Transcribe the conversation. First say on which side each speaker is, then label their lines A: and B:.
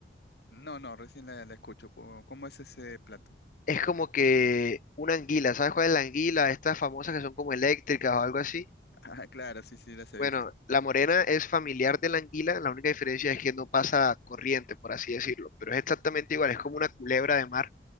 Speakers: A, on the left; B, on the left.
A: No, no, recién la, la escucho. ¿Cómo, cómo es ese plato? <laughs>
B: Es como que una anguila. ¿Sabes cuál es la anguila? Estas famosas que son como eléctricas o algo así.
A: Ah, claro, sí, sí, las he
B: Bueno,
A: visto.
B: la morena es familiar de la anguila. La única diferencia es que no pasa corriente, por así decirlo. Pero es exactamente igual. Es como una culebra de mar